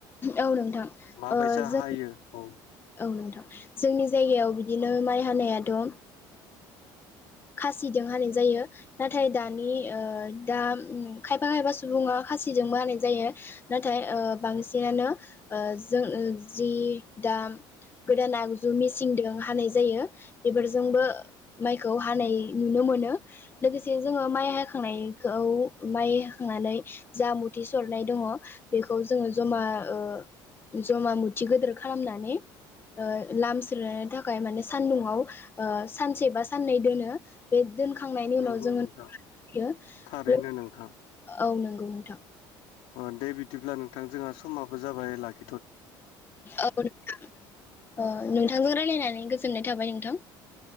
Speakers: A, on the left; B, on the left.
A: औ नोंथां
B: माबायसा
A: ओ जों
B: हायो औ।
A: औ नोंथां जोंनि जायगायाव बिदिनो माइ हानायाथ' ओ खासिजों हानाय जायो नाथाय दानि ओ दा ओ खायफा खायफा सुबुङा खासिजोंबो हानाय जायो नाथाय ओ बांसिनानो ओ जों ओ जि दाम गोदान आगजु मिसिंदों हानाय जायो बेफोरजोंबो माइखौ हानाय नुनो मोनो लोगोसे जोङो माइ हाखांनायखौ माइ हाखांनानै जा मुथि सरनाय दङ बेखौ जोङो जमा ओ जमा मुथि गोदोर खालामनानै ओ लामस्रोनो थाखाय माने सान्दुंआव ओ सानसे बा साननै दोनो बे दोनखांनायनि
B: नंगौ
A: उनाव जोङो
B: नोंथां
A: <unintelligible>
B: थारैनो नोंथां
A: औ नंगौ नोंथां।
B: ओन दे बिदिब्ला नोंथां जोंहा समाबो जाबायै लागै
A: औ नोंथां ओ नोंथांजों रायलायनानै गो गोजोननाय थाबाय नोंथां।